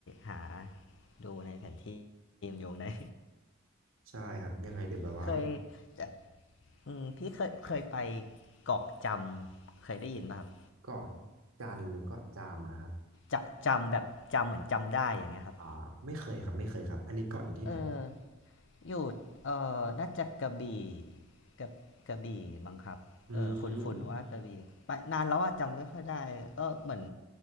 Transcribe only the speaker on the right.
ใช่ครับยังไงเดี๋ยวแบบว่า
เกาะจันหรือเกาะจามนะครับ
อ่าไม่เคยครับไม่เคยครับอันนี้เกาะอยู่ที่ไหน
อืม